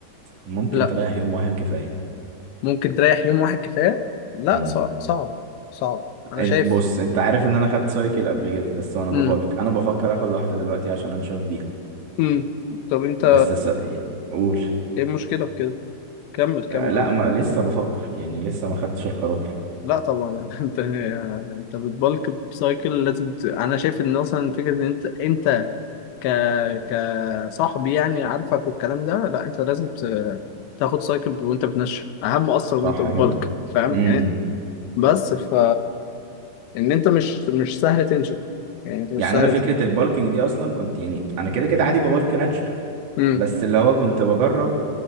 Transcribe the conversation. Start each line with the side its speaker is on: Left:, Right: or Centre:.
Right: ممكن
Left: لا
Right: تريح يوم واحد كفاية
Left: ممكن تريح يوم واحد كفاية لا
Right: مم.
Left: صعب صعب صعب انا
Right: انت
Left: شايف
Right: بص انت عارف ان انا خدت سايكل قبل كده بس وانا
Left: مم.
Right: ببالك انا بفكر اخد واحدة دلوقتي عشان انشف بيها
Left: مم. طب انت
Right: بس س... قول
Left: ايه المشكلة في كده كمل كمل
Right: آه، لا
Left: قول
Right: ما لسه بفكر يعني لسه ما خدتش القرار
Left: لا طبعا <laughs> انت انت بتبلك بسايكل لازم ت... انا شايف ان اصلا فكره ان انت انت ك كصاحب يعني عارفك والكلام ده لا انت لازم ت... تاخد سايكل وانت بتنشف اهم اصلا وانت
Right: صح
Left: بتبلك
Right: كده
Left: فاهم
Right: امم
Left: يعني بس ف ان انت مش مش سهل تنشف يعني انت مش
Right: يعني
Left: سهل
Right: انا فكرة
Left: ت-
Right: البالكينج دي اصلا كنت يعني انا كده كده عادي ببالك ناتشرال
Left: امم
Right: بس اللي هو كنت بجرب